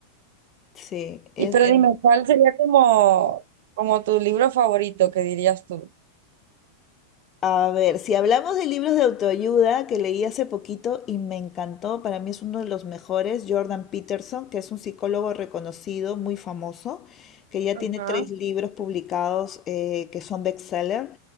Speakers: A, on the left (about 30°); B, on the right (about 55°).
A: Sí. es-
B: Y pero
A: em,
B: dime, ¿cuál sería como, como tu libro favorito que dirías tú?
A: a ver, si hablamos de libros de autoayuda que leí hace poquito y me encantó, para mí es uno de los mejores, Jordan Peterson, que es un psicólogo reconocido, muy famoso, que ya
B: Ajá.
A: tiene tres libros publicados eh, que son bestseller.